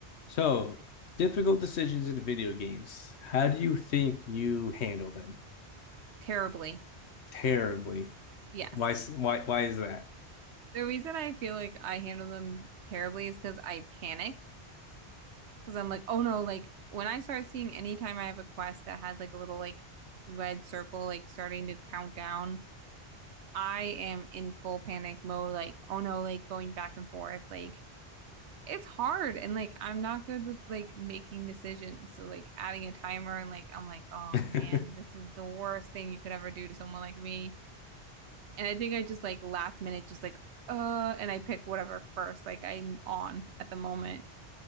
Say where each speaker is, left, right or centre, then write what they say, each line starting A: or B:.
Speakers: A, on the left (about 75°); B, on the right (about 80°).
A: So, difficult decisions in video games. How do you think you handle them?
B: Terribly.
A: Terribly.
B: Yes.
A: Why? Why? Why is that?
B: The reason I feel like I handle them terribly is because I panic. Because I'm like, oh no, like when I start seeing anytime I have a quest that has like a little like red circle, like starting to count down, I am in full panic mode. Like, oh no, like going back and forth. Like, it's hard. And like, I'm not good with like making decisions. So like adding a timer and like, I'm like, oh
A: <laughs>
B: man, this is the worst thing you could ever do to someone like me. And I think I just like last minute, just like, uh, and I pick whatever first, like I'm on at the moment.